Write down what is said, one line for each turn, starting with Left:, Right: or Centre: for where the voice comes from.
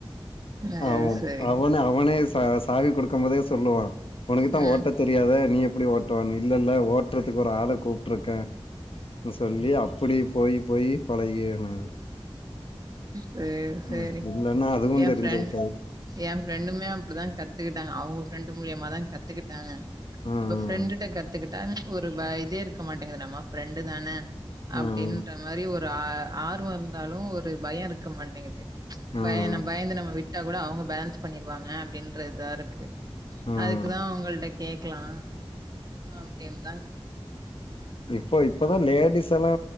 Right: அது
Left: ஆ
Right: சரி
Left: அவனே அவனே ச சாவி குடுக்கும்போதே சொல்லுவா ஒனக்கு தா
Right: ம்
Left: ஓட்டத் தெரியாதே நீ எப்டி ஓட்டுவன்னு இல்ல இல்ல ஓட் றதுக்கு ஒரு ஆள கூப்ட்ருக்கே ன்னு சொல்லி அப்டி போய் போய் பழகிய நானு
Right: சேர் சேரி
Left: ம் இல்லன்னா அதுவு
Right: ஏ
Left: தெரிஞ்சிருக்காது
Right: ஃப்ரெண்ட் ஏ ஃப்ரெண்டுமே அப்டிதா கத்துக்கிட்டாங்க அவுங்க ஃப்ரெண்டு மூலியமாதா கத்துக்கிட்டாங்க
Left: ம்
Right: இப்ப ஃப்ரெண்டுட்ட கத்துக்கிட்டா ஒரு ப இதே இருக்க மாட்டேங்கிது நம்ம ஃப்ரெண்டு தான அப்டின்ற
Left: ம்
Right: மாரி ஒரு ஆ ஆர்வோ இருந்தாலு ஒரு பயோ இருக்க மாட்டேங்குது பயன்னா
Left: ம்
Right: பயந்து நம்ம விட்டா கூட அவுங்க பேலன்ஸ் பண்ணீருவாங்க அப்டின்ற இதா இருக்கு
Left: ம்
Right: அதுக்குதா உங்கள்ட கேக்கலா அப்டின்
Left: இப்ப இப்பதா லேடிஸ் எல்லா